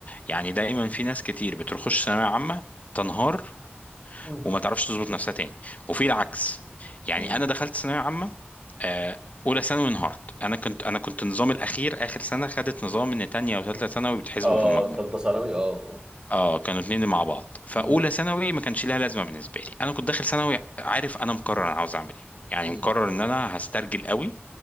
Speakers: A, on the left; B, on the right.
A: يعني دايما في ناس كتير بتخش ثانويه عامه تنهار
B: مم.
A: وما تعرفش تظبط نفسها تاني وفي العكس يعني
B: امم
A: انا دخلت ثانويه عامه آه، اولى ثانوي انهارت انا كنت انا كنت نظام الاخير اخر سنه خدت نظام ان تانية وثالثه ثانوي بتحسبوا
B: اه
A: في المجموع
B: تالتة ثانوي اه اه
A: اه كانوا اتنين مع بعض فاولى
B: امم
A: ثانوي ما كانش لها لازمه بالنسبه لي انا كنت داخل ثانوي عارف انا مقرر انا عاوز اعمل ايه يعني
B: امم
A: مقرر ان انا هسترجل قوي